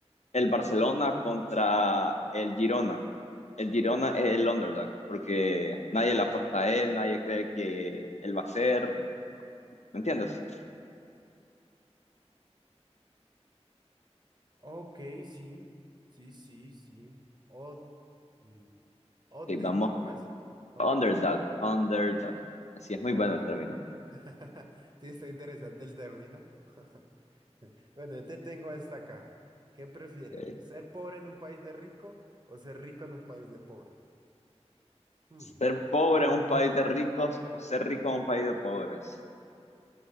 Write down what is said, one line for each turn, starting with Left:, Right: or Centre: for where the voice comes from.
Left: el Barcelona contra el Girona. El Girona es el underdog, porque nadie le apuesta a él, nadie cree que él va a ser. ¿Me entiendes?
Right: Ok, sí, sí, sí, sí. Od, mm, Odena,
Left: Sí, vamos,
Right: ¿cómo es? Od,
Left: underdog,
Right: ¿no?
Left: underdog. Así es muy
Right: Ah,
Left: bueno
Right: Ok.
Left: el término.
Right: <laughs> Sí, está interesante el término. <laughs> Bueno, yo te tengo esta acá. ¿Qué prefieres?
Left: Eh,
Right: ¿Ser pobre en un país de rico o ser rico en un país de pobre? Hmm,
Left: ser pobre en un país de ricos o ser rico en un país de pobres.